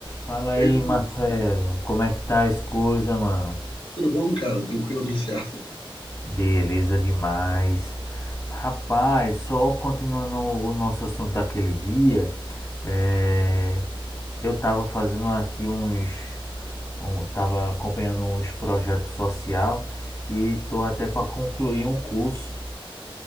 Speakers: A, on the left; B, on the left.
A: Fala aí,
B: Eu,
A: Marcelo. Como é que tá as coisas, mano?
B: tudo bom, cara? Tranquilo, tudo certo.
A: Beleza demais. Rapaz, só continuando o nosso assunto daquele dia, é, eu tava fazendo aqui uns, um, tava acompanhando uns projetos social e tô até para concluir um curso,